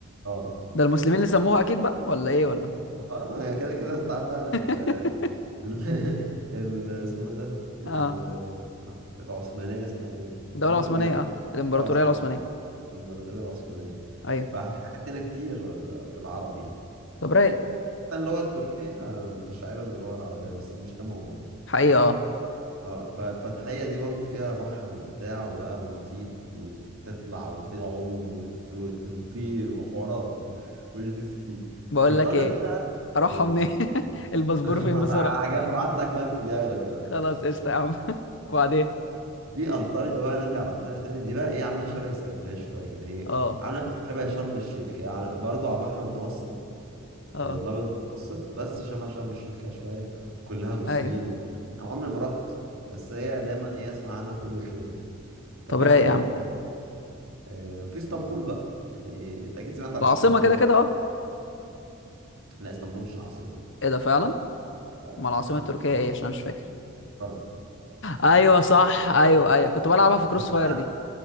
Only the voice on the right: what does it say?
اه
اه هي كده كده انت عارف بقى ال
ال <laughs> ال- اسمه ايه ده ال-
العثمانية اسمها ايه
المهم
يعني
الدولة العثمانية
الامبراطورية العثمانية
ففي حاجات هنا كتير بالعربي يعني
كان اللغة التركية متشعبة من اللغة العربية بس مش ده موضوع
اه فالفتحية دي برضو فيها بحر وبتاع وبقى مناطيد وتطلع وتعوم وت- وت- وتطير وحوارات وجيت سكي
انطاليا
دي بقى
ايه
<laughs>
حاجة هبعت لك مركب ياخدك دلوقتي
دي انطاليا بقى نرجع لانطاليا تاني دي بقى ايه عامله شبه اسكندريه شويه كده هي
عامله شبه شرم الشيخ هي يعني برضه على البحر المتوسط
آه، الابيض المتوسط بس شبه شرم الشيخ كده شويه وكلها روسيين
و... انا عمري ما رحت بس هي دايما ايه اسمع عنها كل خير يعني فبس
ما
آه، في اسطنبول بقى يعني انت اكيد سمعت عن
اسطنبول
لا اسطنبول مش العاصمه
اه
اسطنبول
قاره
بس